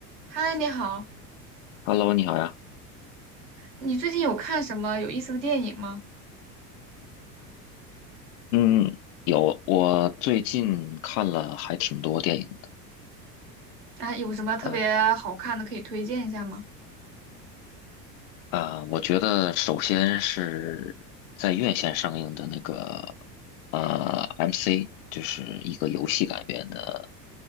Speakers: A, on the right; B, on the left.
A: 嗨，你好，
B: Hello，你好呀。
A: 你最近有看什么有意思的电影吗？
B: 嗯，有，我最近看了还挺多电影的。
A: 啊，有什么特别好看的可以推荐一下吗？
B: 嗯啊，我觉得首先是在院线上映的那个呃 MC，就是一个游戏改编的